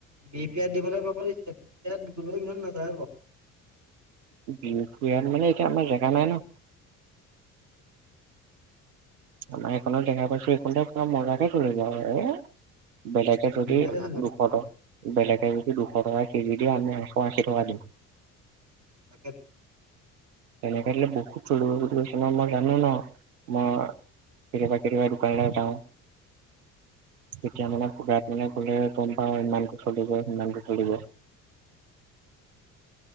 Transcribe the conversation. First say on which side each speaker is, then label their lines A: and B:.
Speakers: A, on the right; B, on the right.
A: বি পি এাত দিবলৈ কবছে বি পি এাত গ ইমান না যব
B: উম বি মানে এইতিয়া আমাৰ জেগা নাই ন আমাৰ সেইখনো দেখা পাইছে খনতে পুৰা মজাকে তল যাওঁ এই বেলেগে যদি
A: ধুনীয়াকে চলি যাব।
B: দুশ টকা বেলেকে যদি দুশ টকা কেজি দিিয় আনি আহ খিৰি
A: তাকেইেতো
B: তেনেকলে বু লিবছ মাৰ জানো ন ম ফীৰ পখৰি বাৰ যাওঁ তেতিয়া মানেু মানে গলে গম পাও ইমানটো চলিবৈ সিমানটো চলিবৈ